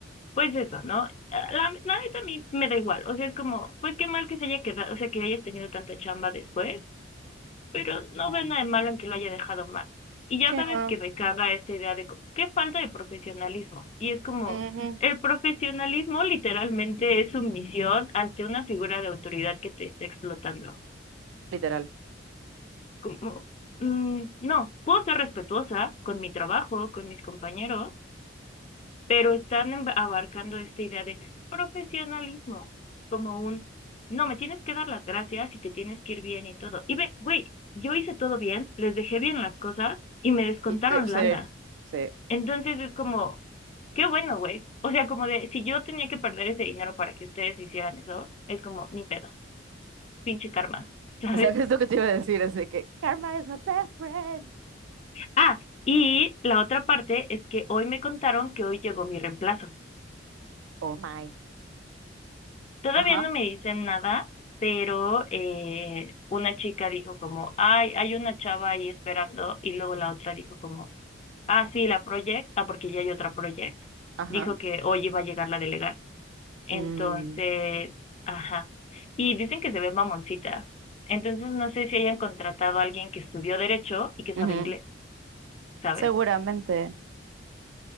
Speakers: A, on the left (about 30°); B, on the right (about 80°).
A: pues eso, ¿no? Eh, La, la neta a mí me da igual, o sea, es como, pues qué mal que se haya quedado, o sea, que hayas tenido tanta chamba después, pero no veo nada de malo en que lo haya dejado mal. Y ya
B: Sí,
A: sabes
B: no.
A: que me caga esta idea de como, qué falta de profesionalismo. Y es como,
B: ujú,
A: el profesionalismo literalmente es sumisión ante una figura de autoridad que te está explotando.
B: Literal.
A: como, mm, no, puedo ser respetuosa con mi trabajo, con mis compañeros, pero están em- abarcando esta idea de profesionalismo, como un, no, me tienes que dar las gracias y te tienes que ir bien y todo. Y ve, güey, yo hice todo bien, les dejé bien las cosas y me descontaron
B: Y te- sí,
A: lana.
B: sí.
A: Entonces es como, qué bueno, güey. O sea, como de, si yo tenía que perder ese dinero para que ustedes hicieran eso, es como, ni pedo, pinche karma, <laughs>
B: <laughs>
A: ¿sabes?
B: ¿Sabes lo que te iba a decir? Así que, karma is my best friend.
A: Ah, y la otra parte es que hoy me contaron que hoy llegó mi reemplazo.
B: Oh my.
A: Todavía
B: Ajá,
A: no me dicen nada, pero eh, una chica dijo como, ay, hay una chava ahí esperando, y luego la otra dijo como, ah, sí, la project, ah, porque ya hay otra project.
B: ajá.
A: Dijo que hoy iba a llegar la de legal. Entonces,
B: Mm,
A: ajá. Y dicen que se ve mamoncita. Entonces no sé si hayan contratado a alguien que estudió derecho y que
B: ujú,
A: sabe inglés, ¿sabes?
B: Seguramente.